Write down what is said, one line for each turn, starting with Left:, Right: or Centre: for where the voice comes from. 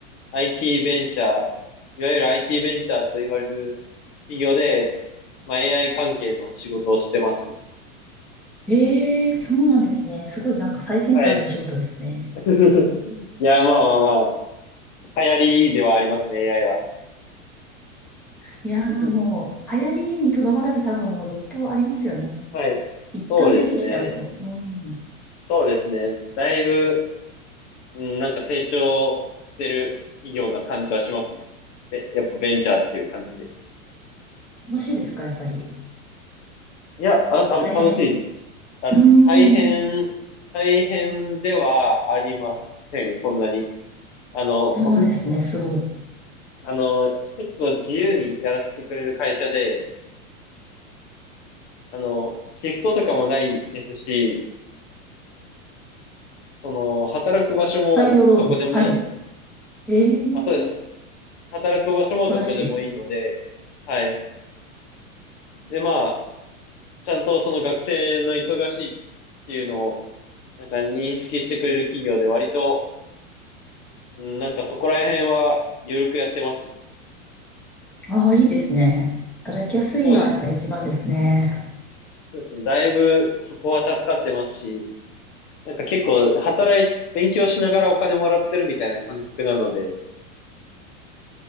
Left: IT ベンチャー、いわゆる IT ベンチャーと言われる企業で、まあ、AI 関係の仕事をしてますね。
Centre: ええー、そうなんですね。すごいなんか最先端のお仕事ですね。
Left: はい。<laughs> いや、まあまあまあ、流行りではありますね、AI は。
Centre: いやーもう、
Left: <laughs>
Centre: 流行りにとどまらず多分もうずっとありますよね。
Left: はい。
Centre: 一旦出てきちゃうと。
Left: そうですね。
Centre: うん。
Left: そうですね。だいぶ、うん、なんか成長してる企業な感じはしますね。で、やっぱベンチャーっていう感じで。
Centre: 楽しいですか、やっぱり。
Left: いや、あ、た、
Centre: 大変。
Left: 楽しい。あ、
Centre: うーん。
Left: 大変、大変ではありません、そんなに。あの、
Centre: そうなんですね、すごい。
Left: あの、結構自由にやらせてくれる会社で、あの、シフトとかもないですし、その、働く場所もどこでもいい。
Centre: 大量労働。はい。えー、
Left: あ、そうですね。働く場所もどこでもいいので、
Centre: 素晴らしい。
Left: はい。で、まあ、ちゃんとその学生の忙しいっていうのを、なんか認識してくれる企業で割と、うんなんかそこら辺は緩くやってますね。
Centre: ああ、いいですね。働きやすいのはやっぱり一番ですね。
Left: そうですねそうですね。だいぶそこは助かってますし、なんか結構働い、勉強しながらお金もらってるみたいな感覚なので、